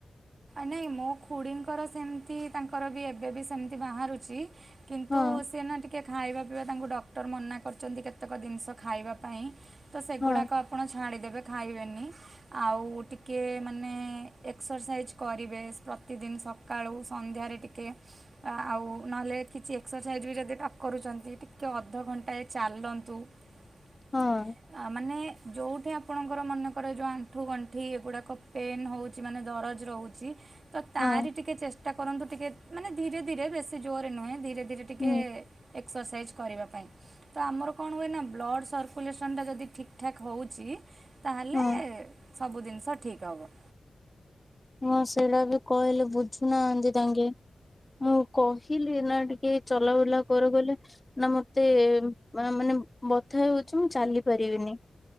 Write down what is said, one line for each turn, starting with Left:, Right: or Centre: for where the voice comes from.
Right: ନାଇଁ ମୋ ଖୁଡ଼ିଙ୍କର ସେମ୍ତି, ତାଙ୍କର ବି ଏବେ ବି ସେମ୍ତି ବାହାରୁଚି। <inaudible> ଟିକେ
Left: ହଁ
Right: ଖାଇବା ପିଇବା ତାଙ୍କୁ ଡକ୍ଟର୍ ମନା କରିଚନ୍ତି, କେତେକ ଦିନ୍‌ଷ ଖାଇବା ପାଇଁ। ତ ସେଗୁଡ଼ାକ
Left: ହଁ
Right: ଆପଣ ଛାଡ଼ିଦେବେ ଖାଇବେନି, ଆଉ ଟିକିଏ ମାନେ ଏକ୍ସର୍ସାଇଜ୍ କରିବେ, ପ୍ରତି ଦିନ୍‌ ସକାଳୁ ସନ୍ଧ୍ୟାରେ ଟିକେ। ଆଉ ନହେଲେ କିଛି ଏକ୍ସର୍ସାଇଜ୍ ବି ଯଦି ନ କରୁଚନ୍ତି, ଟିକେ ଅଧ ଘଣ୍ଟାଏ ଚାଲନ୍ତୁ।
Left: <inaudible>
Right: <inaudible>
Left: ହଁ
Right: ଯଉଠେ ଆପଣଙ୍କର ମନେକରେ ଆଣ୍ଠୁ ଗଣ୍ଠି ଏଗୁଡ଼ାକ ପେନ୍ ହଉଚି। ମାନେ ଦରଜ ରହୁ ତ ତାରି
Left: ହଁ
Right: ଟିକେ ଚେଷ୍ଟା କରନ୍ତୁ, ଟିକେ ମାନେ ଧୀରେ ଧୀରେ ବେଶୀ ଜୋରେ ରେ ନୁହେଁ ଧୀରେ ଧୀରେ ଟିକେ,
Left: ହୁଁ
Right: ଏକ୍ସର୍ସାଇଜ୍‌ କରିବା ପାଇଁ। ତ ଆମର କଣ ହୁଏ ନା ବ୍ଲଡ଼ ସର୍କୁଲେସନ୍ଟା ଯଦି ଠିକ୍ ଠାକ୍ ହେଉଛି ତାହେଲେ
Left: ହଁ
Right: ସବୁ ଜିନିଷ ଠିକ୍ ହେବ।
Left: ହଁ ସେଇଟା ବି କହିଲେ ବୁଝୁନାହାନ୍ତି ତାଙ୍କେ। ମୁଁ କହିଲି ନା ଟିକେ ଚଲା ବୁଲା କରୁ ବୋଲି। ନା ମତେ ମାନେ ବଥା ହଉଛି ମୁଁ ଚାଲି ପାରିବିନି।